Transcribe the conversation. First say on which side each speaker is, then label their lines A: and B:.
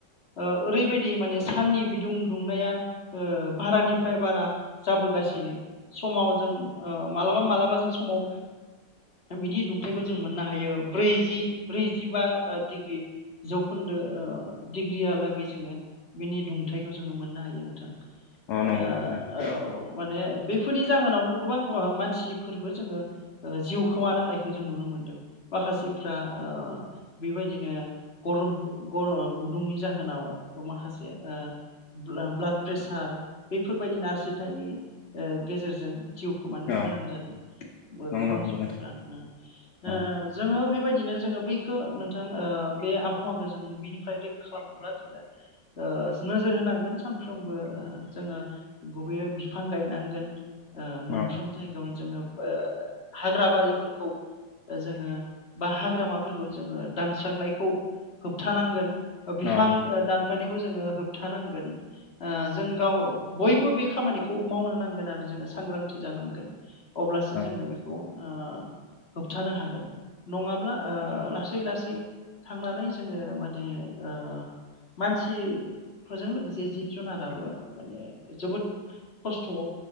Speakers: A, on the left; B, on the left.
A: ओ ओरैबायदि माने साननि बिदुं दुंनाया ओ बारानिफ्राय बारा जाबोगासिनो समाव जों ओ मालाबा मालाबा जों समाव बिनि दुंथाइखौ जों मोननो हायो ब्रैजि ब्रैजिबा ओ डिग्रि जौखोन्दो ओ डिग्रियालागै जोङो बिनि दुंथाइखौ जोङो मोननो हायो नोंथां ।
B: अ नंगौ
A: ओ
B: नंगौ नोंथां
A: औ माने । बेफोरनि जाहोनावनो गोबां ओ मानसिफोरबो जोङो ओ जिउ खोमानांनायखौ जों नुनो मोनदों माखासेफ्रा ओ बेबायदिनो गरम गरम गुदुंनि जाहोनाव माखासे ओ ब्ला-ब्लाड प्रेसार बेफोरबायदि नारसिनथायनि ओ गेजेरजों जिउ खोमानो
B: अ
A: गोनां जादों
B: नंगौ
A: गोबां
B: नंगौ
A: सुबुंफ्रानो।
B: नोंथां
A: ओ
B: अ
A: जोङो बेबायदि बिदिनो जोङो बैखौ नोंथां ओ बे आबहावाख जों बिनिफ्राय रैखा खालामनोब्ला जोङो ओ नोजोर होनांगोन सानफ्रोमबो ओ जोङो गुबैयै बिफां गायनांगोन। ओ मोनफ्रोम
B: औ
A: जायगायावनो जोङो ओ हाग्रा बारिफोरखौ जोङो बा हाग्रामाफोरखौ जोङो दानस्रांनायखौ होबथानांगोन । ओ बिफां
B: औ
A: ओ दान फायनायखौ जोङो होबथानांगोन ओ जों गाव बयबो बे खामानिखौ मावनो नांगोन आरो जोङो सांग्रांथि जानांगोन । अब्लासो
B: औ
A: जोंङो बेखौ ओ होबथानो हागोन। नंङाब्ला ओ लासै लासै थांनानै जोंङो माने ओ मानसिफोरजों लोगोसे जिब-जुनाराबो माने जोबोद खस्थ'आव